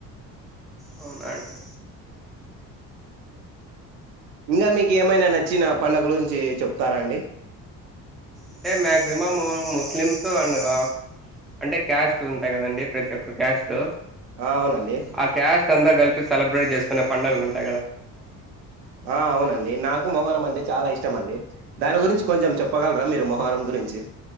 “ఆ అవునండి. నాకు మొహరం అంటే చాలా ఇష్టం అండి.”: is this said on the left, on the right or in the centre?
Right